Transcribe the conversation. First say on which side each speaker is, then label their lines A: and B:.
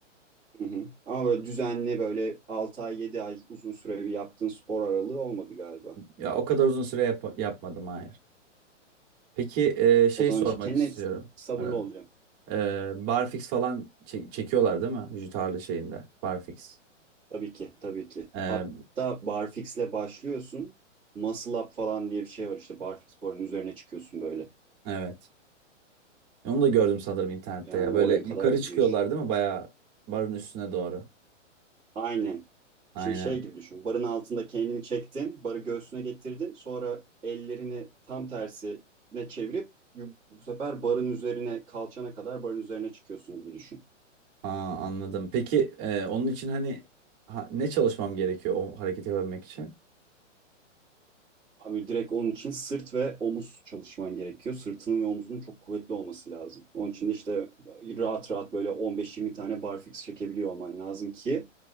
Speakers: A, on the right; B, on the right.
A: Hı hı. Ama böyle düzenli böyle 6 ay 7 ay uzun süreli bir yaptığın spor aralığı olmadı galiba.
B: Ya o kadar uzun süre yap- yapmadım hayır. Peki e, şey
A: O zaman
B: sormak
A: işte kendine
B: istiyorum.
A: s- sabırlı
B: E,
A: olacaksın.
B: Ee, barfix falan çek- çekiyorlar değil mi? Vücut ağırlığı şeyinde. Barfix.
A: Tabii ki tabii ki.
B: Ee,
A: Hatta barfix'le başlıyorsun. Muscle up falan diye bir şey var işte barfix barın üzerine çıkıyorsun böyle.
B: evet. Onu da gördüm sanırım internette
A: Yani
B: ya. Böyle
A: oraya
B: yukarı
A: kadar gidiyor
B: çıkıyorlar
A: iş.
B: değil mi? Bayağı barın üstüne doğru.
A: Aynen.
B: Aynen.
A: Şey, şey gibi düşün. Barın altında kendini çektin. Barı göğsüne getirdin. Sonra ellerini tam tersine çevirip bu bu sefer barın üzerine kalçana kadar barın üzerine çıkıyorsun gibi düşün.
B: Aa, anladım. Peki e, onun için hani ha- ne çalışmam gerekiyor o hareketi yapabilmek için?
A: Abi direkt onun için sırt ve omuz çalışman gerekiyor. Sırtının ve omzunun çok kuvvetli olması lazım. Onun için de işte rahat rahat böyle 15-20 tane barfix çekebiliyor olman lazım ki